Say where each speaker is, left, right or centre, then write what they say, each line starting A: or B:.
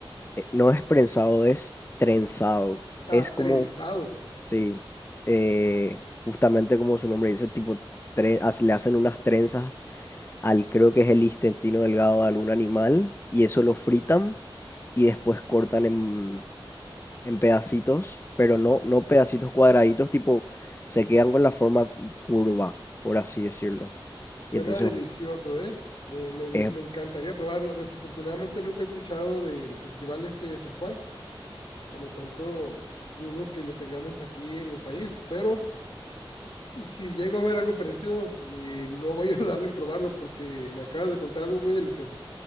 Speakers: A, on the left; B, on the left.
A: Eh, no es prensado, es trenzado.
B: Ah,
A: Es
B: trenzado.
A: como Sí, eh, justamente como su nombre dice, tipo, tre- hace- le hacen unas trenzas al, creo que es el intestino delgado de algún animal, y eso lo fritan y después cortan en, en pedacitos, pero
B: Su-
A: no, no pedacitos cuadraditos, tipo, se quedan con la forma cu- curva, por así decirlo.
B: suena
A: Y entonces,
B: delicioso, ¿eh? Eh, me, gu-
A: eh,
B: me encantaría probarlo. Desafortunadamente nunca he escuchado del festival este de San Juan, por lo tanto dudo que lo tengamos aquí en el país, pero si llego a ver algo parecido, eh, no voy a <laughs> darle en probarlo porque me acabas de contar algo muy delicioso.